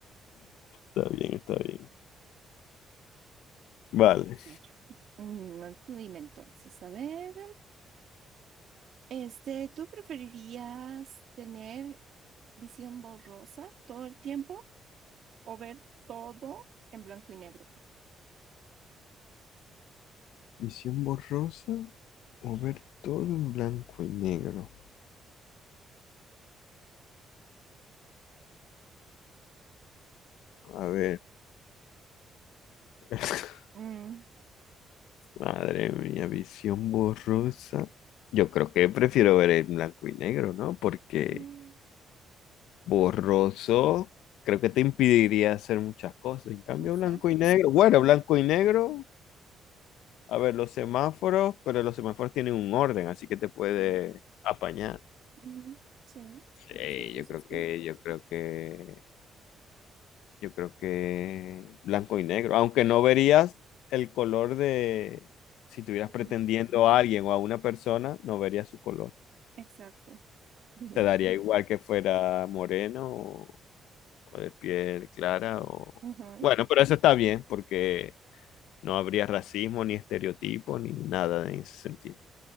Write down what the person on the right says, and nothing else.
A ver, Mm, no, tú dime entonces, a ver. Este, ¿tú preferirías tener visión borrosa todo el tiempo o ver todo en blanco y negro?
Mm.
Mm,
Exacto.
Mm,
ujú. Sí,
sí, sí,
exacto.
Sí,
exacto. <laughs> Bien.
Ujú.